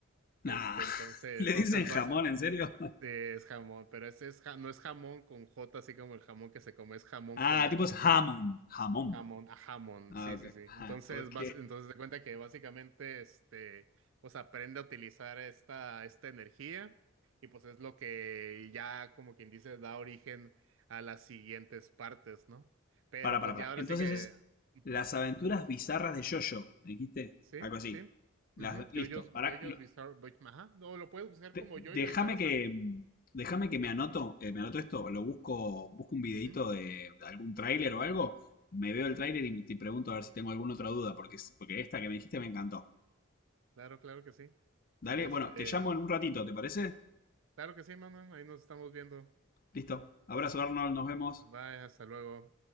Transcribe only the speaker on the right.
Este,
entonces,
entonces
vas, ento-
es jamón, pero ese es, ja- no es jamón con J, así como el jamón que se come, es jamón
con H,
¿no?
Jamón, a jamón,
sí,
sí, sí. Entonces,
vas, entonces te cuenta que básicamente, este, pues aprende a utilizar esta, esta energía y pues es lo que ya, como quien dice, da origen a las siguientes partes, ¿no? Pero
pues
ya ahora
sí que...
Ujú.
Sí,
sí.
Ujú.
Yoyos,
yoyos Bizarre Boy- Ajá. No, lo puedes buscar como
yoyo y te va a
salir.
Ujú.
Claro, claro que sí.
Este,
claro que sí, Manuel. Ahí nos estamos viendo.
Bye, hasta luego.